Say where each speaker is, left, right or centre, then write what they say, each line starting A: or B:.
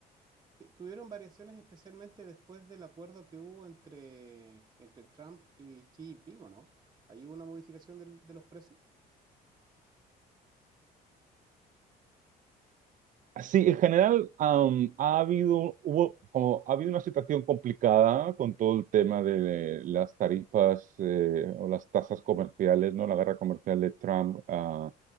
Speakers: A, on the right; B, on the right.
A: Sí, tuvieron variaciones especialmente después del acuerdo que hubo entre, entre Trump y Xi Jinping, ¿o no? ¿Ahí hubo una modificación del- de los precios?
B: Sí, en general, am, ha habido, hubo, como, ha habido una situación complicada con todo el tema de las tarifas eh, o las tasas comerciales, ¿no? La guerra comercial de Trump ah,